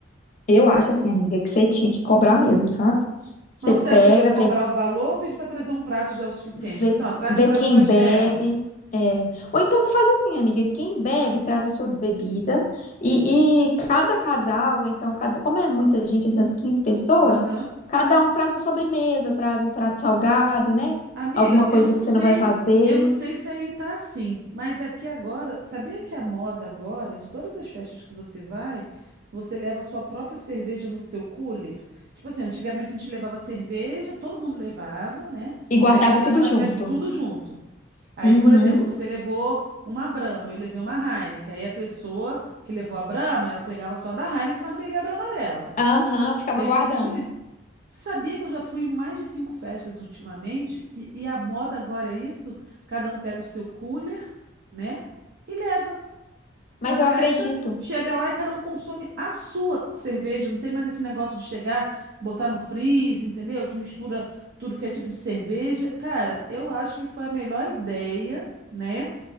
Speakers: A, on the left (about 40°); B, on the right (about 55°).
A: eu acho assim, amiga, que você tinha que cobrar mesmo, sabe? Você
B: Mas
A: pega,
B: você acha que eu devo cobrar
A: vê,
B: o valor ou pedir pra trazer um prato já é o suficiente?
A: vê,
B: Tipo assim, ó, traz
A: vê
B: um prato
A: quem
B: de pastel.
A: bebe. é. Ou então você faz assim, amiga, quem bebe traz a sua bebida e, e cada casal, ou então cada, como é muita gente, assim, as 15 pessoas,
B: Aham.
A: cada um traz uma sobremesa, traz um prato salgado, né?
B: Amiga,
A: Alguma
B: eu
A: coisa
B: não
A: que
B: sei,
A: você não vai fazer.
B: eu não sei se aí tá assim, mas aqui agora, sabia que a moda agora, de todas as festas que você vai, você leva a sua própria cerveja no seu cooler? Tipo assim, antigamente a gente levava cerveja, todo mundo levava, né?
A: E guardava
B: Aí chegava
A: tudo
B: na
A: junto.
B: festa, tudo junto. Aí,
A: Uhum.
B: por exemplo, você levou uma Brahma, eu levei uma Heineken. Aí a pessoa que levou a Brahma, ela pegava só da Heineken, mas não bebia a Brahma dela.
A: Aham, ficava
B: Sempre
A: guardando.
B: existiu isso. Você sabia que eu já fui em mais de cinco festas ultimamente? E, e a moda agora é isso? Cada um pega o seu cooler, né? E leva pra
A: Mas
B: festa.
A: eu acredito.
B: Chega lá e cada um consome a sua cerveja. Não tem mais esse negócio de chegar, botar no freeze, entendeu? Que mistura tudo que é tipo de cerveja. Cara, eu acho que foi a melhor ideia, né?